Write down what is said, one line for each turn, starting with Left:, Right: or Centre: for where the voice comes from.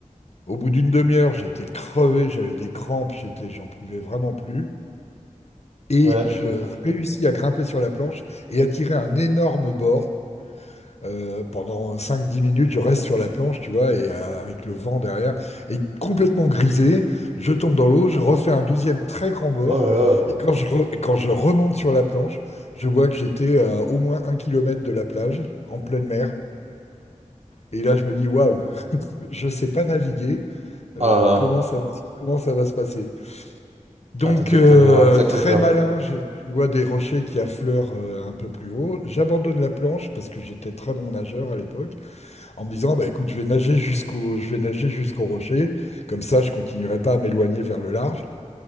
Left: Au bout d'une demi-heure, j'étais crevé, j'avais des crampes, j'étais, j'en pouvais vraiment plus. Et
Right: ouais.
Left: je réussis à grimper sur la planche et à tirer un énorme bord euh, pendant cinq dix minutes, je reste sur la planche, tu vois, et euh, avec le vent derrière, et complètement grisé, je tombe dans l'eau, je refais un deuxième très grand bord,
Right: Oh là là,
Left: et quand je, re- et quand je remonte sur la planche, je vois que j'étais à au moins un kilomètre de la plage, en pleine mer, et là je me dis, waouh, <laughs> je sais pas naviguer, euh,
Right: oh là là.
Left: comment ça va, se- comment ça va se passer? Donc,
Right: Ah, t'as dû,
Left: euh,
Right: t'as dû avoir une sacrée
Left: très
Right: peur.
Left: malin, je, je vois des rochers qui affleurent euh, un peu plus haut, j'abandonne la planche parce que j'étais très bon nageur à l'époque en me disant, bah, écoute, je vais nager jusqu'au, je vais nager jusqu'au rocher, comme ça je continuerai pas à m'éloigner vers le large.